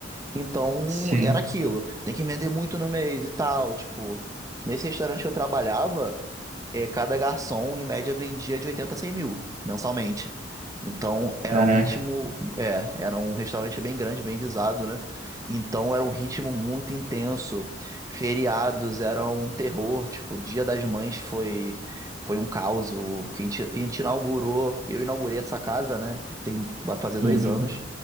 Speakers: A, on the right; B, on the right.
A: então,
B: Sim.
A: era aquilo. Tem que vender muito no mês e tal. Tipo, nesse restaurante que eu trabalhava, eh, cada garçom, em média, vendia de 80 a 100 mil mensalmente. Então, era
B: Caraca.
A: um ritmo. É, era um restaurante bem grande, bem visado, né? Então, era um ritmo muito intenso. Feriados era um terror. Tipo, Dia das Mães foi. Foi um caos. O- que A gente, a gente inaugurou. Eu inaugurei essa casa, né? Tem, vai fazer dois
B: Uhum.
A: anos.